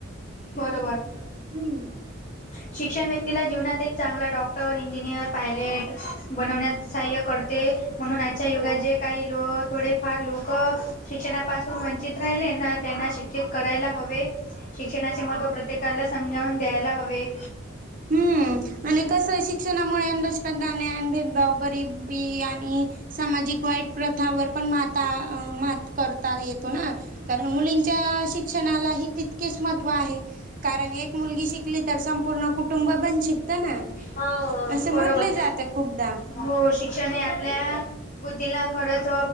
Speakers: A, on the left (about 40°); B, on the right (about 40°).
A: बरोबर.
B: हम्म
A: शिक्षण व्यक्तीला जीवनात एक चांगला डॉक्टर, इंजिनियर, पायलट बनवण्यात सहाय्य करते म्हणून आजच्या युगात जे काही लो थोडेफार लोक शिक्षणापास. तो वंचित राहिले ना त्यांना शिक्षित करायला हवे. शिक्षणाचे महत्त्व प्रत्येकाला समजावून द्यायला हवे..
B: हम्म आणि कसं शिक्षणामुळे अंधोषकदा भेदभाव गरीब बी आणि सामाजिक वाईट प्रथावर पण माता मात. करता येतो ना,, कारण मुलींच्या शिक्षणालाही तऽ किसमत्व आहे, कारण एक मुलगी शिकली तर संपूर्ण कुटुंब बण शिकत ना
A: हो,
B: असं
A: बरोबर
B: म्हटलं जातं खूपदा
A: हो,, शिक्षण हे आपल्याऽ बुद्धीला खरच